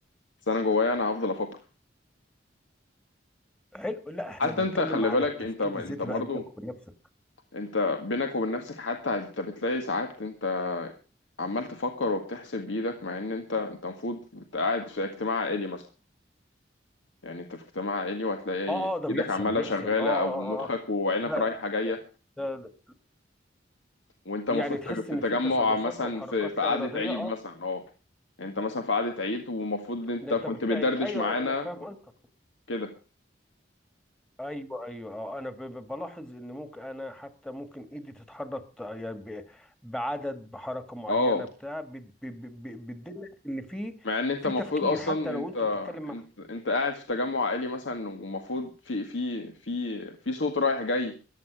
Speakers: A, on the left (about 85°); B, in the centre.
A: بس انا جوايا انا هفضل افكر
B: حلو لا احنا
A: حتى
B: بنتكلم
A: انت خلي
B: على
A: بالك
B: التفكير
A: انت انت
B: الذاتي
A: برضه
B: بقى بينك وبين نفسك
A: انت بينك وبين نفسك حتى انت بتلاقي ساعات انت عمال تفكر وبتحسب بايدك مع ان انت انت المفروض انت قاعد في اجتماع عائلي مثلا يعني انت في اجتماع عائلي وهتلاقي
B: اه اه ده
A: ايدك
B: بيحصل
A: عماله
B: بيحصل
A: شغاله
B: اه اه
A: او مخك
B: اه اه
A: وعينك
B: بقى
A: رايحه جايه
B: ده ده-
A: وانت المفروض
B: يعني تحس
A: في
B: ان
A: تجمع
B: في تصرفات
A: مثلا
B: او حركات
A: في في قعده
B: لا ارادية
A: عيد
B: اه
A: مثلا اه انت مثلا في قعده عيد ومفروض انت
B: ده انت
A: كنت
B: بتلاقي
A: بتدردش
B: ايوه
A: معانا
B: انا فاهم انت
A: كده
B: ايوه ايوه اه انا ب- ب- بلاحظ ان ممكن انا حتى ممكن ايدي تتحرك ت- يعني ب- بعدد بحركه معينه
A: اه
B: بتاع بت- ب- ب- ب- بتدلك ان في
A: مع ان انت
B: في
A: المفروض
B: تفكير
A: اصلا
B: حتى لو
A: انت
B: انت بتتكلم مع
A: انت انت قاعد في تجمع عائلي مثلا ومفروض في في في في صوت رايح جاي